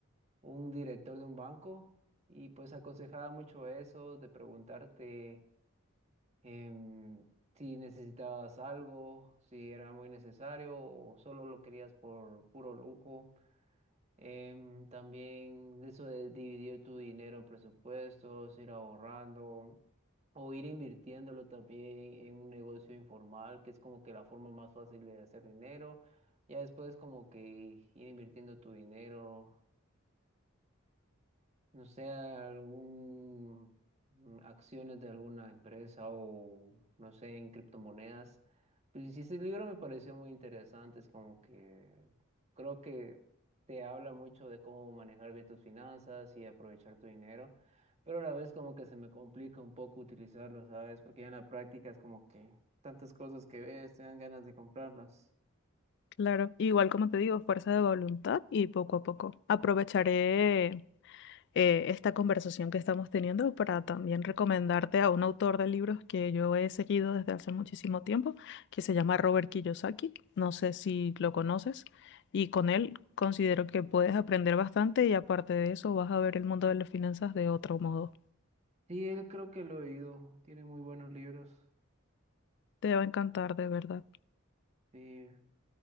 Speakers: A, on the right; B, on the left.
A: un director de un banco y pues aconsejaba mucho eso de preguntarte em, si necesitabas algo, si era muy necesario o solo lo querías por puro lujo. Em, también de eso de dividir tu dinero en presupuestos, ir ahorrando. O ir invirtiéndolo también en un negocio informal, que es como que la forma más fácil de hacer dinero. Ya después como que ir invirtiendo tu dinero no sé, algún mm, acciones de alguna empresa o no sé, en criptomonedas. Pues sí, ese libro me pareció muy interesante, es como que creo que te habla mucho de cómo manejar bien tus finanzas y aprovechar tu dinero, pero a la vez como que se me complica un poco utilizarlo, ¿sabes? Porque ya en la práctica es como que tantas cosas que ves, te dan ganas de comprarlas.
B: Claro, igual como te digo, fuerza de voluntad y poco a poco. Aprovecharé eh, esta conversación que estamos teniendo para también recomendarte a un autor de libros que yo he seguido desde hace muchísimo tiempo, que se llama Robert Kiyosaki. No sé si lo conoces. Y con él considero que puedes aprender bastante y aparte de eso vas a ver el mundo de las finanzas de otro modo.
A: Sí, él creo que lo he oído, tiene muy buenos libros.
B: Te va a encantar, de verdad.
A: Sí,